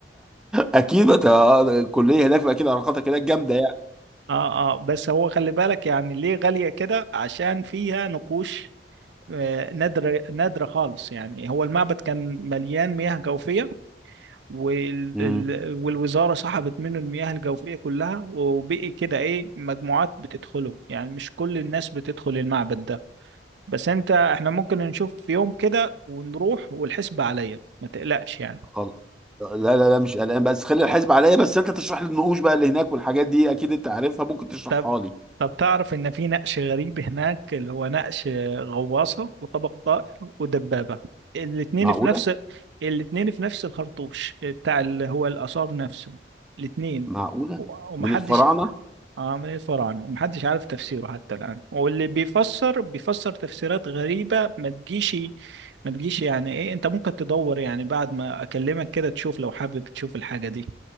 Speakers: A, in the centre; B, on the right.
A: اكيد بت... الكليه هناك فاكيد علاقاتك هناك جامده
B: اه اه بس هو خلي بالك يعني ليه غالية كده عشان فيها نقوش آه، نادرة نادرة خالص يعني هو المعبد كان مليان مياه جوفية وال...
A: يعني
B: ال- والوزارة سحبت منه المياه الجوفية كلها وبقي كده ايه مجموعات بتدخله يعني مش كل الناس بتدخل المعبد ده بس انت احنا ممكن نشوف في يوم كده ونروح والحسبة عليا ما تقلقش يعني
A: خلاص لا لا لا مش قلقان بس خلي الحزب عليا بس انت تشرح لي النقوش بقى اللي هناك والحاجات دي اكيد انت عارفها ممكن تشرحها
B: طب
A: لي
B: طب تعرف ان في نقش غريب هناك اللي هو نقش غواصة وطبق طائر ودبابة الاتنين
A: معقوله
B: في نفس الاتنين في نفس الخرطوش بتاع اللي هو الآثار نفسه الاتنين
A: معقوله
B: و- ومحدش
A: من الفراعنه
B: عامل ايه الفرع عنه ومحدش عارف تفسيره حتى الآن واللي بيفسر بيفسر تفسيرات غريبة ما تجيش ما تجيش يعني ايه انت ممكن تدور يعني بعد ما اكلمك كده تشوف لو حابب تشوف الحاجة دي